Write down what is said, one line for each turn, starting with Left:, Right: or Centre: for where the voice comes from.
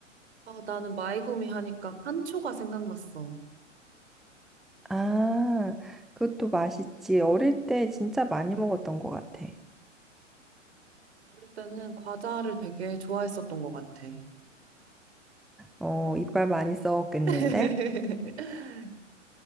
Right: 아, 나는 마이구미 하니까 칸초가 생각났어.
Centre: 아, 그것도 맛있지. 어릴
Right: 음,
Centre: 때 진짜 많이 먹었던 것 같아.
Right: 어릴 때는 과자를 되게 좋아했었던 것 같아.
Centre: 어, 이빨 많이 썩었겠는데?
Right: <laughs>